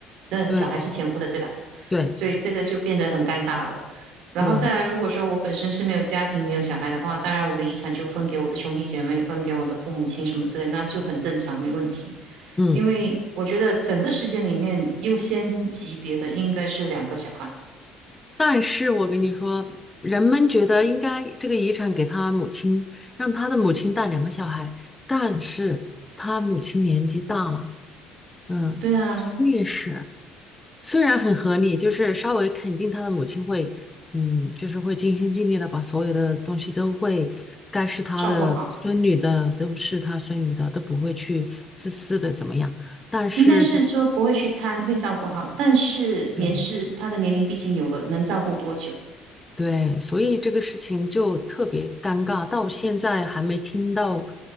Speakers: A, on the right (about 60°); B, on the left (about 15°).
A: 那小孩是前夫的，
B: 对，
A: 对吧？
B: 对，
A: 所以这个就变得很尴尬了。然后再来，
B: 对，
A: 如果说我本身是没有家庭、没有小孩的话，当然我的遗产就分给我的兄弟姐妹、分给我的父母亲什么之类，那就很正常，没问题。
B: 嗯。
A: 因为我觉得整个世界里面优先级别的应该是两个小孩，
B: 但是我跟你说，人们觉得应该这个遗产给他母亲，让他的母亲带两个小孩，但是他母亲年纪大了，嗯，
A: 对啊，
B: 不现实。虽然很合理，就是稍微肯定他的母亲会，嗯，就是会尽心尽力的把所有的东西都会，该是他的孙女的都是他孙女的，
A: 照顾好，
B: 都不会去自私的怎么样。但是就是
A: 应该是说不会去贪，会照顾好，但是年事他的年龄毕竟有了，
B: 对。
A: 能照顾多久？
B: 对，所以这个事情就特别尴尬，到现在还没听到